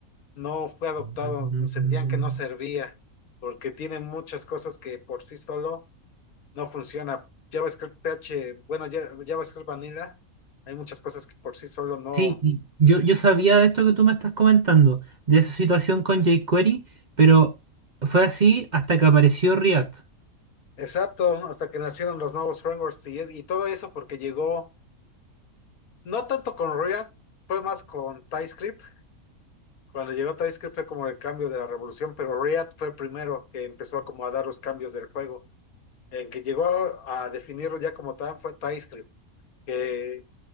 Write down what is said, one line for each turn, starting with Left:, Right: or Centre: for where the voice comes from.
Left: No fue adoptado,
Right: Mm,
Left: sentían que no servía, porque tiene muchas cosas que por sí solo no funciona. JavaScript PH, bueno, ya- JavaScript Vanilla, hay muchas cosas que por sí solo no.
Right: Sí,
Left: Sí.
Right: yo, yo sabía de esto que tú me estás comentando, de esa situación con jQuery, pero fue así hasta que apareció React.
Left: Exacto, hasta que nacieron los nuevos frameworks y y todo eso porque llegó. No tanto con React, fue más con TypeScript. Cuando llegó TypeScript fue como el cambio de la revolución, pero React fue el primero que empezó como a dar los cambios del juego. En que llegó a, definirlo ya como tal fue TypeScript, que,